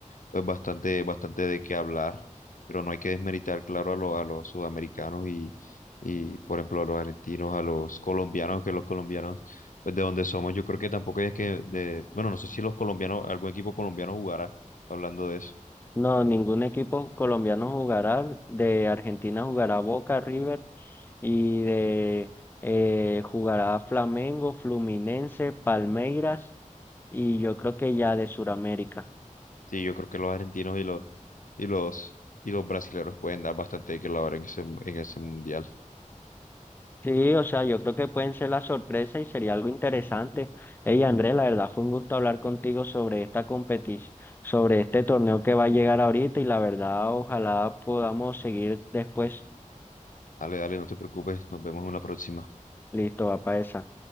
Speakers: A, on the left; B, on the left.
A: pues bastante, bastante de qué hablar, pero no hay que desmeritar, claro, a, lo- a los sudamericanos y, y, por ejemplo, a los argentinos, a los colombianos, que los colombianos, pues de donde somos, yo creo que tampoco es que, de, bueno, no sé si los colombianos, algún equipo colombiano jugará hablando de eso.
B: No, ningún equipo colombiano jugará. De Argentina jugará Boca, River y de eh, jugará Flamengo, Fluminense, Palmeiras y yo creo que ya de Sudamérica.
A: Sí, yo creo que los argentinos y los, y los, y los brasileños pueden dar bastante de qué hablar en ese, en ese mundial.
B: Sí, o sea, yo creo que pueden ser la sorpresa y sería algo interesante. Hey, Andrés, la verdad fue un gusto hablar contigo sobre esta competición, sobre este torneo que va a llegar ahorita y la verdad ojalá podamos seguir después.
A: Dale, dale, no te preocupes, nos vemos en la próxima.
B: Listo, va para esa.